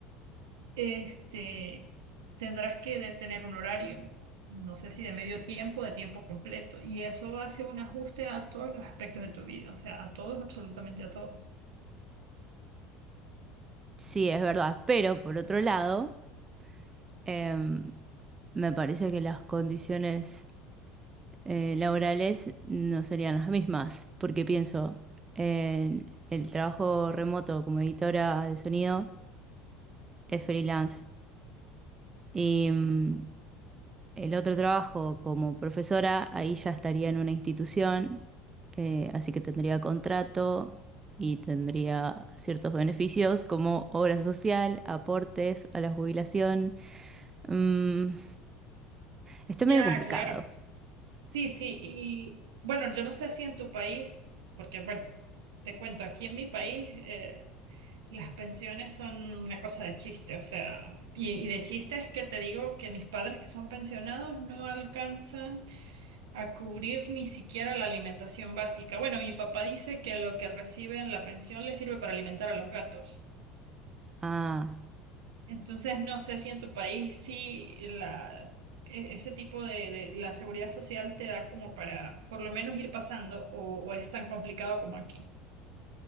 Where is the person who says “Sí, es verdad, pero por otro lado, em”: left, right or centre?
Right